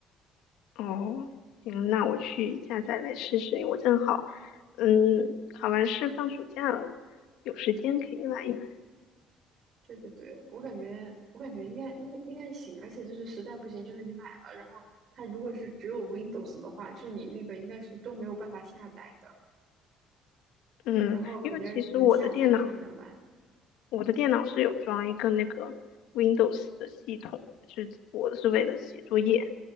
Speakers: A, on the left; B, on the right.
A: 哦，行，那我去下载来试试。我正好，嗯，考完试放暑假了，有时间可以玩一玩。
B: 对对对，我感觉我感觉应该应该应该行，而且就是实在不行，就是你买了，然后它如果是只有 Windows 的话，就是你那个应该是都没有办法下载的。
A: 嗯，
B: 然后感觉能下载就是能玩。
A: 因为其实我的电脑，我的电脑是有装一个那个 Windows 的系统，就是我是为了写作业。